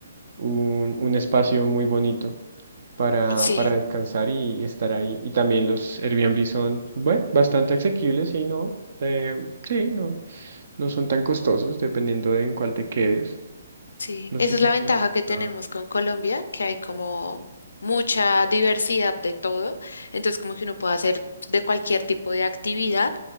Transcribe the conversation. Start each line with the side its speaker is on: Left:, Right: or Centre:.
Right: un, un espacio muy bonito para,
Left: sí.
Right: para descansar y, y estar ahí. Y también los Airbnb son, bueno, bastante asequibles y no. eh, sí, no. No son tan costosos, dependiendo de en cuál te quedes.
Left: Sí,
Right: No
Left: esa
Right: sé
Left: es
Right: si
Left: la
Right: tú
Left: ventaja
Right: has visitado.
Left: que tenemos con Colombia, que hay como mucha diversidad de todo, entonces como que uno puede hacer de cualquier tipo de actividad